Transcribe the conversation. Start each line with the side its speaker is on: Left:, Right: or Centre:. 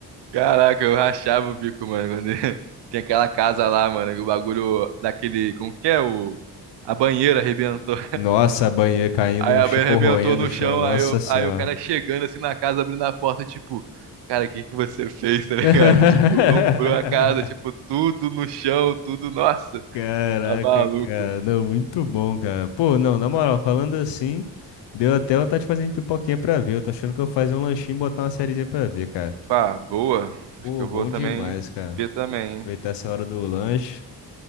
Right: Caraca, eu rachava o bico, mano. Quando ele- <laughs> tinha aquela casa lá, mano, que o bagulho daquele. Como que é? O. A banheira arrebentou.
Left: Nossa, banheiro caindo
Right: Aí
Left: no
Right: a
Left: chão,
Right: mãe
Left: corroendo
Right: arrebentou no
Left: no chão,
Right: chão,
Left: nossa
Right: aí, eu,
Left: senhora.
Right: aí o cara chegando assim na casa, abrindo a porta, tipo, cara, o que que você fez, tá ligado?
Left: <laughs>
Right: Tipo, lombrou a casa, tipo, tudo no chão, tudo, nossa,
Left: Caraca,
Right: tá maluco.
Left: cara. Não, muito bom, cara. Pô, não, na moral, falando assim, deu até vontade de fazer uma pipoquinha pra ver. Eu tô achando que eu vou fazer um lanchinho e botar uma sériezinha pra ver, cara.
Right: Pá, boa.
Left: Pô,
Right: Acho que eu
Left: bom
Right: vou também
Left: demais, cara.
Right: ver também,
Left: Aproveitar
Right: hein?
Left: essa hora do lanche.